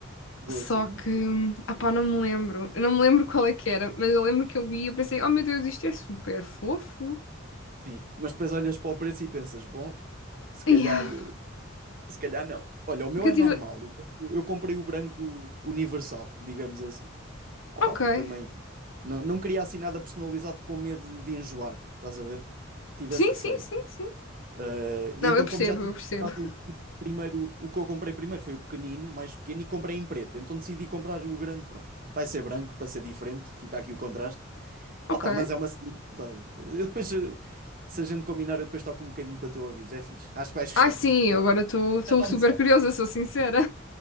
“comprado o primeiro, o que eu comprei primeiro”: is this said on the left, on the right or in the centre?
Right